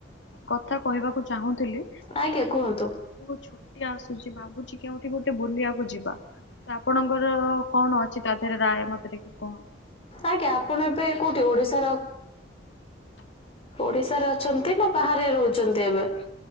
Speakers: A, on the left; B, on the left.
A: କଥା କହିବାକୁ ଚାହୁଁଥିଲି
B: ଆଜ୍ଞା କୁହନ୍ତୁ।
A: ମୁ ଛୁଟି ଆସୁଛି ଭାବୁଛି କେଉଠି ଗୋଟେ ବୁଲିବାକୁ ଯିବା। ତ ଆପଣଙ୍କର କଣ ଅଛି ତା ଦେହରେ ରାୟ ମତେ ଟିକେ କୁହନ୍ତ।
B: ଆଜ୍ଞା ଆପଣ ଏବେ କୋଉଠି ଓଡ଼ିଶାର ଓଡିଶାରେ ଅଛନ୍ତି ନା ବାହାରେ ରହୁଛନ୍ତି ଏବେ?